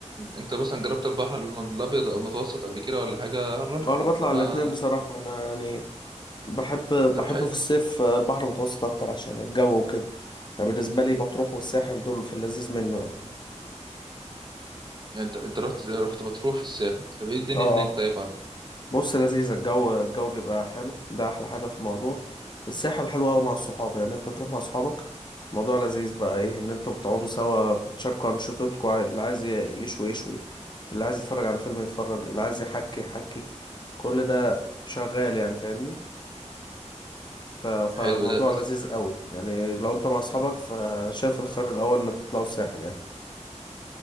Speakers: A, on the right; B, on the left.
A: انت مثلا جربت البحر الم- الابيض أو المتوسط قبل كده ولا حاجه عرفني
B: اه انا بطلع
A: ممكن
B: الاتنين
A: أ-
B: بصراحة انا يعني بحب بحب
A: طب حلو
B: في الصيف البحر المتوسط اكتر عشان الجو وكده يعني بالنسبة لي مطروح والساحل دول في اللذيذ منه يعني
A: يعني انت انت رحت رحت بتروح في الساحل طب ايه الدنيا
B: اه
A: هناك
B: اه
A: طيب عرف.
B: بص لذيذ الجو الجو بيبقى حلو ده احلى حاجة في الموضوع الساحل حلو قوي مع الصحاب يعني انت تروح مع صحابك الموضوع لذيذ بقى ايه ان انتوا بتقعدوا سوا بتشاركوا انشطتكم عاي- اللي عايز ي- يشوي يشوي اللي عايز يتفرج على فيلم يتفرج اللي عايز يحكي يحكي كل ده شغال يعني فاهمني ف... فالموضوع
A: حلو ده بس
B: لذيذ قوي يعني لو انت مع اصحابك فشايف الخير الاول انك تطلعوا الساحل يعني